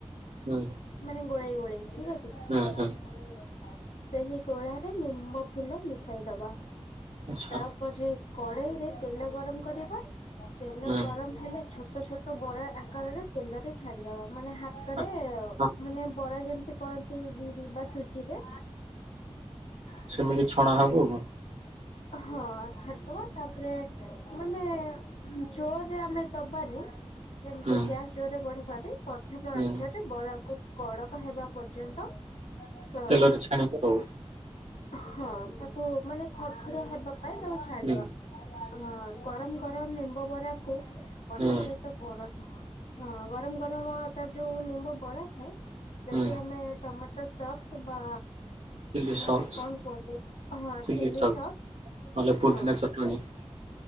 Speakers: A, on the right (about 85°); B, on the left (about 85°).
A: ହୁଁ
B: ମାନେ ଗୋଳେଇ ଗୋଳେଇ ଠିକ ଅଛି।
A: ହୁଁ ହୁଁ
B: ସେହି ଗୋଳାରେ ନିମ୍ବ ଫୁଲ ମିଶାଇଦବା
A: ଆଚ୍ଛା
B: ତାପରେ କଢେଇ ରେ ତେଲ ଗରମ କରିବା, ତେଲ
A: ହୁଁ
B: ଗରମ ହେଲା ଛୋଟ ଛୋଟ ଛୋଟ ବରା ଆକାରରେ ତେଲ ରେ ଛାଡିଦବା, ମାନେ ହାତରେ
A: ଆଚ୍ଛା ହଁ,
B: ମାନେ ବରା ଯେମିତି କରନ୍ତି, ବିରି ବା ସୁଜିରେ <unintelligible>
A: ସେମିତି ଛଣା ହେବ ଆଉ।
B: ହଁ ଛାଡିଦବା ତାପରେ ମାନେ ଜୋରରେ ଆମେ ଦବାନି, ଯେମିତି
A: ହୁଁ
B: ଜଷ୍ଟ ବଢବାରେ ମଧ୍ୟମ
A: ହୁଁ
B: ଆଞ୍ଚରେ ବରାକୁ କଡ଼କ ହେବା ପର୍ଯ୍ୟନ୍ତ ତଳ
A: ତେଲରେ ଛାଣିବ ଆଉ।
B: ହଁ ତାକୁ ମାନେ ଖଡ ଖଡିଆ ହେବା ପାଇଁ ତାକୁ ଛାଡିବା।
A: ହୁଁ
B: ଅ ଗରମ ଗରମ ନିମ୍ବ ବରାକୁ ପନା
A: ହୁଁ।
B: ସହିତ ପରସ। ହଁ ଗରମ ଗରମ ତାର ଯୋଉ ନିମ୍ବ ବରା ଥାଏ। ଯଦି
A: ହୁଁ
B: ଆମେ ଟମାଟୋ ସକ୍ସ ବା
A: ଚିଲି
B: ମାନେ
A: ସକ୍ସ
B: କଣ କୁହନ୍ତୁ ହଁ
A: ଚିଲି
B: ଚି
A: ସକ୍ସ
B: ସସ୍
A: ନହେଲେ
B: ହଁ ଅ।
A: <unintelligible>